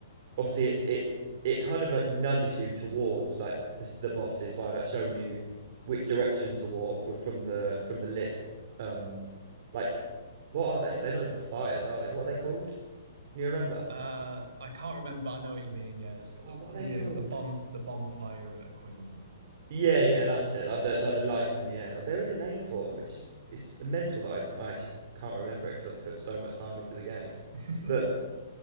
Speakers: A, on the right; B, on the right.
A: obviously it, it it kind of like nudges you towards like the, the bosses by like showing you which direction to walk with from the from the lit um like what are they? They're not even fires, are they? What are they called? Can you remember?
B: Uh I can't remember. I know what you mean. Yeah, it's the
A: Oh, what are they called?
B: a bon the bonfire equivalent.
A: Yeah, yeah, that's it. Like the like the lights in the air. Like, there is a name for them, which is it's mental that I, I actually can't remember it because I've put so much time into the game.
B: <laughs>
A: But